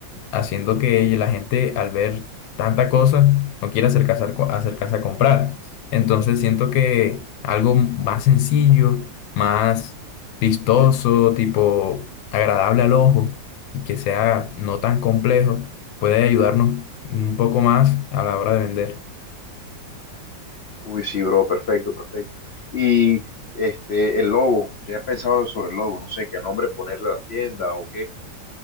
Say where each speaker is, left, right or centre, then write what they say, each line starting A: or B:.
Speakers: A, on the left; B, on the left.
A: haciendo que ella- la gente al ver tanta cosa no quiera acercarse a, co- acercarse a comprar. Entonces siento que algo m- más sencillo, más vistoso, tipo agradable al ojo y que sea no tan complejo, puede ayudarnos un poco más a la hora de vender.
B: Uy, sí, bro, perfecto, perfecto. Y este, el logo, ¿qué has pensado sobre el logo? No sé, qué nombre ponerle a la tienda o qué.